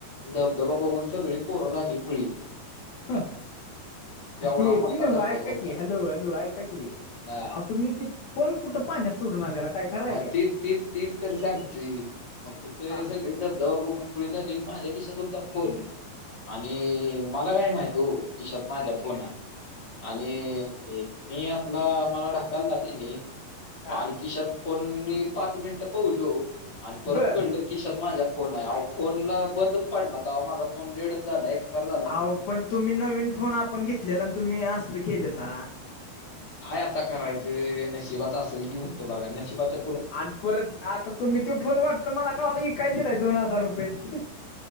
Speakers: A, on the left; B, on the left.
A: धबधबा बघून सगळी पोरं झाली खुळी.
B: ह
A: एवढा
B: ते
A: मोठा
B: तिन
A: धबधबा
B: आय काकी
A: होता.
B: <unintelligible> हॅलो हॅलो आय काकी
A: हा
B: तुम्ही ती फोन कुठे पाण्या सोडून आलेला काय खरंय
A: मग
B: काय
A: तीच तीच तीच तर सांगतुयं मग तिथं
B: हा
A: सगळे धबधबा बघून खुळी झाली माझ्या खिशात होता फोन. आणि मला काय माहित हो खिशात माझ्या फोन हाय. आणि मी आपला मला ढकलला त्यांनी
B: हा
A: आणि खिशात फोन मी पाच मिनिट पवलो आणि परत
B: बर
A: कळलं किशात माझ्या फोन आहे आवो फोनला बंदच पाडला तर माझा फोन डेड झाला एक्सपायर झाला
B: अहो पण तुम्ही नवीन फोन आपण घेतलेला आणि तुम्ही असत केलंसा
A: खाय आता करायचं नशिबात असेल ती होत्त बघा नशिबाचा
B: आणि परत आता तुम्ही तो फोन वाटत मला कळाला क काय विकायला दिलाय दोन हजार रुपये